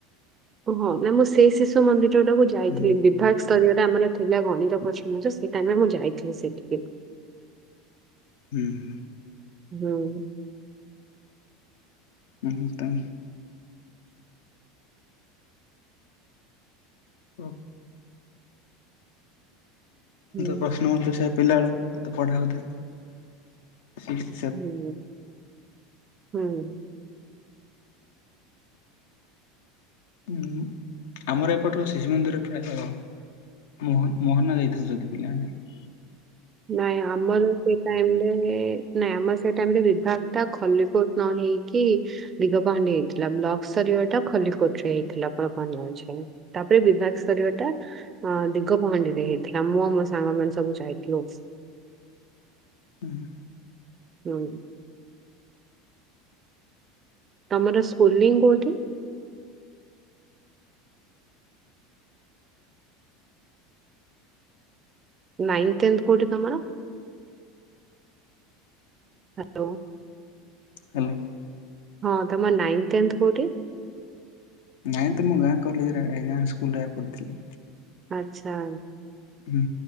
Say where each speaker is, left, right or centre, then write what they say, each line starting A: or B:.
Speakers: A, on the right; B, on the left.
A: ହଁ ନା ମୁଁ ସେଇ ଶିଶୁ ମନ୍ଦିର ଟାକୁ
B: ହୁଁ
A: ଯାଇଥିଲି ବିଭାଗ ସ୍ତରୀୟରେ ଆମର ଥିଲା ଗଣିତ ପସ ସେଇ ଟାଇମରେ ମୁଁ ଯାଇଥିଲି ସେଠିକି।
B: ହୁଁ ହୁଁ
A: ହୁଁ
B: ହୁଁ ତମ ହଁ
A: ହୁଁ
B: ପ୍ରଶ୍ନ ହ ସେ ପିଲା ବେଳକୁ ତ ମତେ ପଢାଥିବ
A: ହୁଁ ହୁଁ
B: ଉଁ ଆମର ଏପଟ ଶିଶୁ ମନ୍ଦିର ପ୍ରାୟତ ମୋହନ ମୋହନା ଯାଇଥାଉଛନ୍ତି ପିଲା ନାଇଁ
A: ନାଇଁ ଆମର ସେ ଟାଇମରେ ନାଇଁ ଆମର ସେଇଟାଇମ ବିଭାଗ ଟା ଖଲିିକୋଟ୍ ନ ହେଇକି ଦିଗ ପାହାଣ୍ଡି ହେଇଥିଲା ବ୍ଲକ ସ୍ତରୀୟ ଟା ଖଲିକୋଟ ରେ ହେଇଥିଲା ଆପଣ କଣ ଜାଣିଛନ୍ତି ତାପରେ ବିଭାଗ ସ୍ତରୀୟ ଟା ଅ ଦିଗ ପହଣ୍ଡିରେ ହେଇଥିଲା ମୁଁ ଆମ ସାଙ୍ଗ ମାନ ସବୁ ଯାଇ ନମସ୍କାର
B: ହୁଁ
A: ହୁଁ ତମର ସ୍କୁଲିଂ କୋଉଠି? ନାଇନ୍ ଟେନ୍ଥ କୋଉଠି ତମର? ହ୍ୟାଲୋ
B: ହେଲୋ
A: ହଁ ତମର ନାଇନ୍ଥ ଟେନ୍ଥ କୋଉଠି?
B: ନାଇଁ ତ ମୁଁ ଗାଁ କଲେଜରେ ଏ ଗାଁ ସ୍କୁଲରେ ପଢିଥିଲି।
A: ଆଚ୍ଛା
B: ହୁଁ